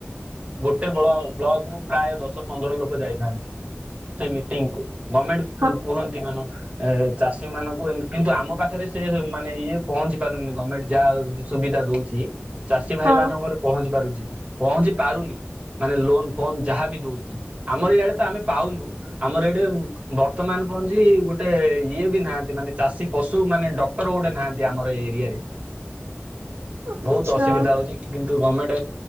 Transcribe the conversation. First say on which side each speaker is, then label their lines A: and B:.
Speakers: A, on the right (about 30°); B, on the right (about 80°).
A: ଗୋଟ ଏତେ ବ୍ଲ ବ୍ଲକ ରୁ ପ୍ରାୟ ଦଶ ପନ୍ଦର ଲୋକ ଯାଇଥାନ୍ତି ସେ ମିଟିଂ କୁ। ଗମେଣ୍ଟ
B: ହଁ
A: କୁହନ୍ତି ମାନ। ଏ ଚାଷୀ ମାନଙ୍କୁ କିନ୍ତୁ ଆମ ପାଖରେ ସେ ମାନେ ଇଏ ପହଞ୍ଚି ପାରୁନି ଗମେଣ୍ଟ ଯାହା ସୁବିଧା ଦଉଛି। ଚାଷୀ ଭାଇ
B: ହଁ
A: ମାନଙ୍କର ପହଞ୍ଚି ପାରୁଛି ପହଞ୍ଚି ପାରୁନ ମାନେ ଲୋନ ଫୋନ ଯାହା ବି ଦଉଛ। ଆମର ଏଇଆଡେ ତ ଆମେ ପାଉନୁ ଆମର ଏଇଡେ ବର୍ତ୍ତମାନ ମାନେ ପହଞ୍ଚିଲି ଗୋଟେ ଇଏ ବି ନାହାନ୍ତି, ମାନେ ଚାଷୀ ପଶୁ ମାନେ ଡକ୍ଟର ଗୋଟେ ନାହାନ୍ତି ଆମର ଏ ଏରିଆରେ।
B: ଆଚ୍ଛା।
A: ବହୁତ ଅସୁବିଧା ହଉଛି କିନ୍ତୁ ଗମେଣ୍ଟ